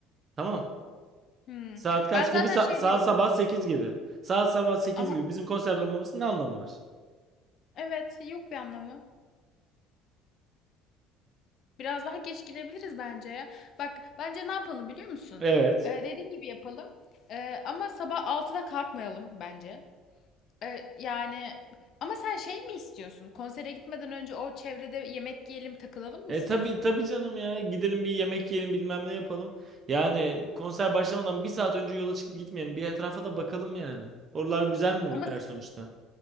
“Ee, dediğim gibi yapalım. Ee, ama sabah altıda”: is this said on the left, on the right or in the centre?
Left